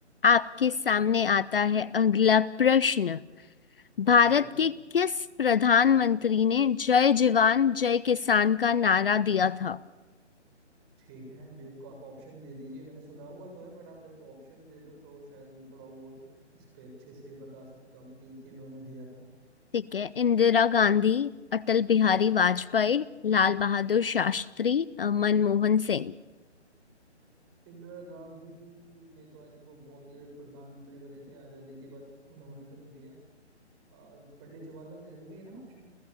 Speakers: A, on the left; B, on the right.
A: आपके सामने
B: ठीक है
A: आता है अगला प्रश्न भारत
B: ठीक है
A: के किस प्रधानमंत्री ने जय जवान जय किसान का नारा दिया था
B: ठीक है मेरे को आप ऑप्शन दे दीजिए मैंने सुना हुआ तो है बट आप मेरे को ऑप्शन दे दो तो शायद मैं थोड़ा और इस पे अच्छे से बता सकता हूँ कि किन्होंने दिया था
A: ठीक है इंदिरा गांधी अटल बिहारी वाजपेयी लाल बहादुर शास्त्री अ, मनमोहन सिंह
B: इंदिरा गांधी ने तो आई थिंक वो बहुत लेट प्रधानमंत्री बने थे आजादी के बाद उन्होंने तो नहीं दिया अ, पंडित जवाहरलाल नेहरू भी है ना ऑप्शन